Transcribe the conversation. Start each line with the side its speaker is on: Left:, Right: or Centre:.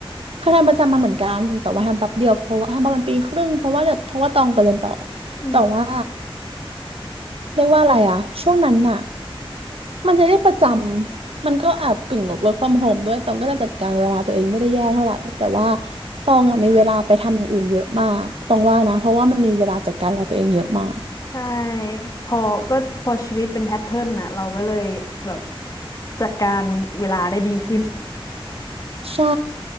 Right: เคยทำประจำมาเหมือนกัน แต่ว่าทำแป๊บเดียวเพราะว่าทำประมาณปีครึ่งเพราะว่าเดี๋ยวเพราะว่าตองไปเรียนต่อ
Left: อืม
Right: แต่ว่าเรียกว่าอะไรอะช่วงนั้นน่ะ มันจะได้ประจำ มันก็แอบกึ่งกับ work from home ด้วย ตองก็จะจัดการเวลาตัวเองไม่ได้แย่เท่าไหร่แต่ว่าตองอะมีเวลาไปทำอย่างอื่นเยอะมากตองว่านะเพราะว่ามันมีเวลาจัดการเวลาตัวเองเยอะมาก
Left: ใช่พอก็พอชีวิตเป็นแพทเทิร์นน่ะเราก็เลยแบบจัดการเวลาได้ดีขึ้น
Right: ใช่